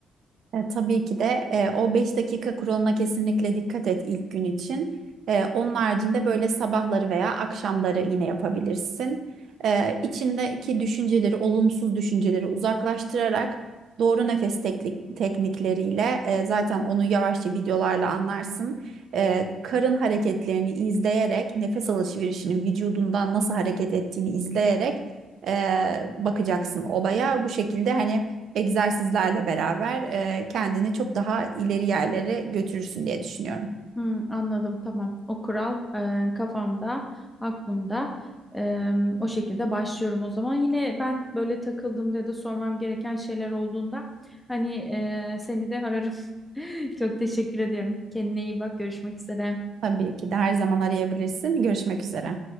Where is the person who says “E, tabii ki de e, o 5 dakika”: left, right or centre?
Right